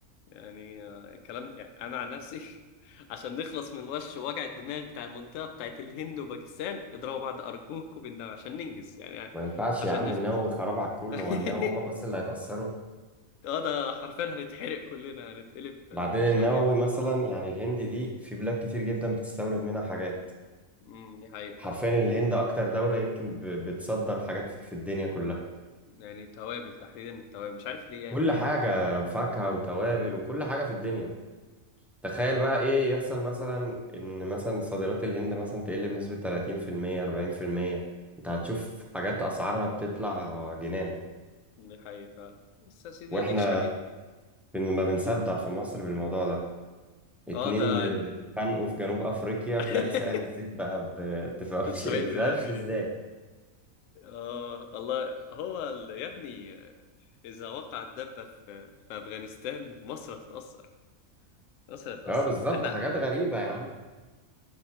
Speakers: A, on the left; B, in the centre.
A: يعني آه، الكلام يعني انا عن نفسي <laughs> عشان نخلص من وش وجع الدماغ بتاع المنطقه بتاعت الهند وباكستان اضربوا بعض ارجوكوا بالنار عشان ننجز يعني
B: ما ينفعش
A: عشان
B: يا عم
A: نخلص
B: النووي خراب على الكل
A: <laughs>
B: هو النووي هما بس اللي هيتأثروا
A: اه ده حرفيا هنتحرق كلنا هنتقلب آه،
B: بعدين النووي
A: شوايه
B: مثلا يعني الهند دي في بلاد كتير جدا بتستورد منها حاجات
A: امم دي حقيقه
B: حرفيا
A: فعلا.
B: الهند اكتر دولة يمكن ب- بتصدر حاجات في الدنيا كلها
A: يعني توابل تحديدا التوابل مش عارف ليه يعني
B: كل
A: ما نعمل
B: حاجة
A: توابل
B: وفاكهة
A: امم
B: وتوابل وكل حاجة في الدنيا تخيل بقى ايه يحصل مثلا ان مثلا صادرات الهند مثلا تقل بنسبة 30% 40% انت هتشوف حاجات اسعارها بتطلع جنان
A: دي حقيقه فعلا بس يا سيدي
B: واحنا
A: اديك اديك
B: بن- ما بنصدق
A: امم،
B: في مصر بالموضوع ده اتنين
A: اه ده
B: اتخانقوا في جنوب افريقيا
A: <laughs>
B: تلاقي سعر الزيت بقى ب- <laughs> تفهمش
A: 70
B: تفهمش
A: مليار جنيه
B: ازاي
A: اه الله هو ال- يا ابني اذا وقعت دبه في في افغانستان مصر هتتاثر مصر هتتاثر
B: اه بالظبط
A: احنا
B: حاجات غريبة يا عم